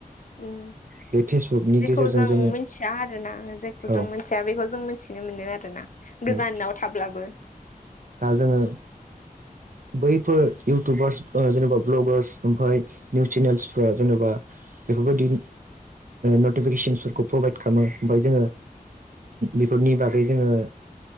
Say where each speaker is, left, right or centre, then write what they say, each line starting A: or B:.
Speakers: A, on the left (about 60°); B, on the right (about 65°).
A: उम
B: बे फेसबुकनि
A: जेखौ
B: गेजेरजों
A: जों
B: जोङो
A: मिथिया आरोना जेखौ जों
B: औ
A: मिथिया बेखौ जों मिथिनो मोनो आरो ना।
B: दा
A: गोजानाव थाब्लाबो।
B: जोङो बैफोर इउटुबार्स जेनेबा ब्लगार्स ओमफ्राय निउस चेनेलफोरा जेनेबा बेफोरबायदि नटिफिकेसनसफोरखौ प्रभाइद खालामो ओमफ्राय जोङो बेफोरनि बागै जोङो